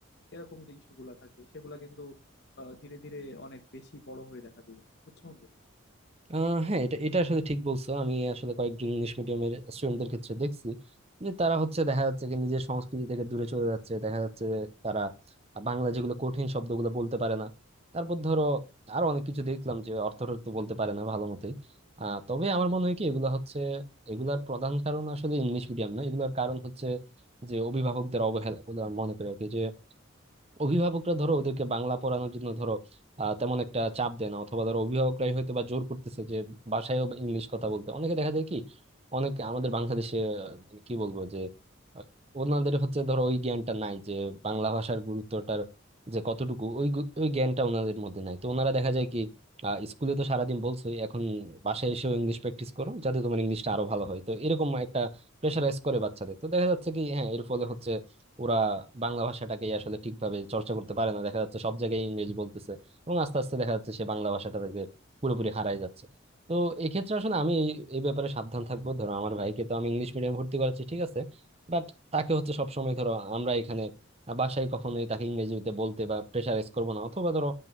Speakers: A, on the left (about 55°); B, on the right (about 30°).
A: এরকম যে ইস্যু গুলা থাকে সেগুলা কিন্তু আহ, ধীরে ধীরে অনেক বেশি বড় হয়ে দেখা দিবে বুঝছো বন্ধু?
B: আহ হ্যাঁ এটা এটা আসলে ঠিক বলছো আমি আসলে কয়েকজন ইংলিশ মিডিয়ামের স্টুডেন্টদের ক্ষেত্রে দেখছি যে তারা হচ্ছে দেখা যাচ্ছে যে নিজের সংস্কৃতি থেকে দূরে চলে যাচ্ছে দেখা যাচ্ছে যে তারা বাংলা যেগুলো কঠিন শব্দগুলো বলতে পারে না তারপর ধরো আরো অনেক কিছু দেখলাম যে অর্থ তো বলতে পারে না ভালো মতোই আহ তবে আমার মনে হয় কি এগুলো হচ্ছে এগুলার প্রধান কারণ আসলে ইংলিশ মিডিয়াম না এগুলোর কারণ হচ্ছে যে অভিভাবকদের অবহেলা বলে আমার মনে করি আর কি। যে অভিভাবকরা ধরো ওদেরকে বাংলা পড়ানোর জন্য ধরো আহ, তেমন একটা চাপ দেয় না অথবা ধরো অভিভাবকরাই হয়তো বা জোর করতেছে যে বাসায়ও ইংলিশ কথা বলতে অনেকে দেখা যায় কি অনেকে আমাদের বাংলাদেশে আহ, মানে কি বলবো যে আহ, ওনাদের হচ্ছে ধরো ওই জ্ঞানটা নাই যে বাংলা ভাষার গুরুত্বটার যে কতটুকু ওই গু- ওই জ্ঞানটা ওনাদের মধ্যে নাই তো ওনারা দেখা যায় কি আহ, স্কুলে তো সারাদিন বলছোই এখন বাসায় এসেও ইংলিশ প্র্যাকটিস করো যাতে তোমার ইংলিশটা আরো ভালো হয় তো এরকম একটা প্রেশারাইজ করে বাচ্চাদের তো দেখা যাচ্ছে কি হ্যাঁ এর ফলে হচ্ছে ওরা বাংলা ভাষাটাকে আসলে ঠিকভাবে চর্চা করতে পারে না দেখা যাচ্ছে সব জায়গায় ইংরেজি বলতেছে এবং আস্তে আস্তে দেখা যাচ্ছে সে বাংলা ভাষাটাকে পুরোপুরি হারায় যাচ্ছে তো এক্ষেত্রে আসলে আমি এই এই ব্যাপারে সাবধান থাকবো ধরো আমার ভাইকে তো আমি ইংলিশ মিডিয়াম ভর্তি করাচ্ছি ঠিক আছে বাট তাকে হচ্ছে সবসময় ধরো আমরা এখানে বাসায় কখনোই তাকে ইংরেজিতে বলতে বা প্রেশারাইজ করবো না অথবা ধরো